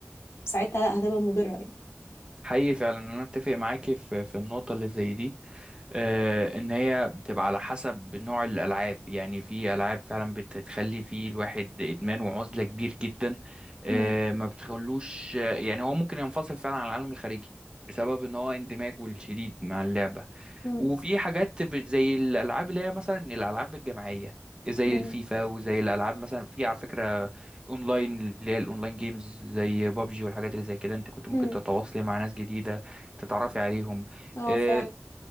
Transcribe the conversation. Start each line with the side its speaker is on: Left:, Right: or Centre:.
Left: ساعتها لا هتبقى
Right: مم.
Left: مضرة يعني
Right: حقيقي فعلا انا اتفق معاكي في في النقطه اللي زي دي آه ان هي بتبقى على حسب نوع الالعاب يعني في العاب فعلا بتخلي في الواحد ادمان وعزله كبير جدا آه
Left: مم.
Right: ما بتخلوش يعني هو ممكن ينفصل فعلا عن العالم الخارجي بسبب ان هو اندماجه الشديد مع اللعبه
Left: مم.
Right: وفي حاجات ب- زي الالعاب اللي هي مثلا الالعاب الجماعيه زي
Left: مم.
Right: الفيفا وزي الالعاب مثلا في على فكره اونلاين اللي هي الاونلاين جيمز زي بابجي والحاجات اللي زي كده انت كنت ممكن
Left: مم.
Right: تتواصلي مع ناس جديده تتعرفي عليهم
Left: اه
Right: آه،
Left: فعلا